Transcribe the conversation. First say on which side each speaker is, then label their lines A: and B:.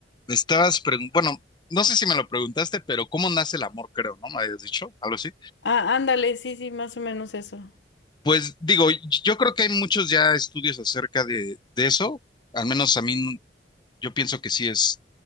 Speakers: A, on the left; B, on the left.
A: me estabas preguntando, bueno, no sé si me lo preguntaste, pero ¿cómo nace el amor, creo, ¿no? Me habías dicho algo así.
B: Ah, ándale, sí, sí, más o menos eso.
A: Pues digo, yo creo que hay muchos ya estudios acerca de, de eso, al menos a mí yo pienso que sí es